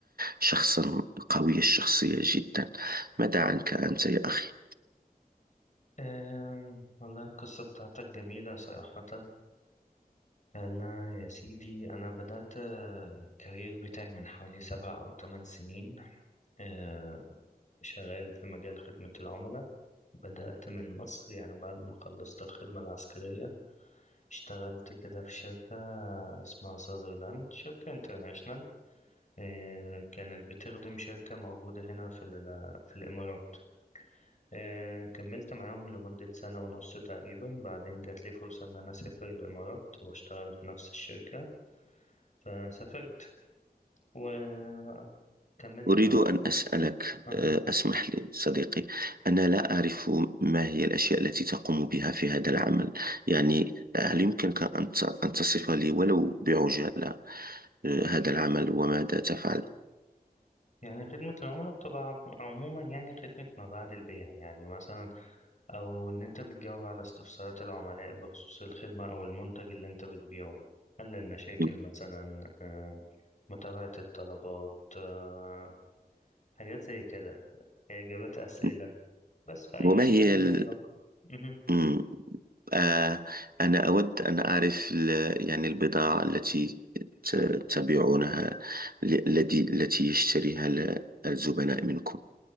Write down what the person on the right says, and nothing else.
شخصا قوي الشخصية جدا ماذا عنك أنت يا أخي؟
أريد
أن أسألك
آه، اسمح لي صديقي أنا لا أعرف ما هي الأشياء التي تقوم بها في هذا العمل يعني هل يمكنك أن ت- أن تصف لي ولو بعجالة آه، هذا العمل وماذا تفعل
م-
م-
وما
هي
ال...
م- آه، أنا أود أن أعرف ال- يعني البضاعة التي ت- تبيعونها ل- الذي التي يشتريها ال- الزبناء منكم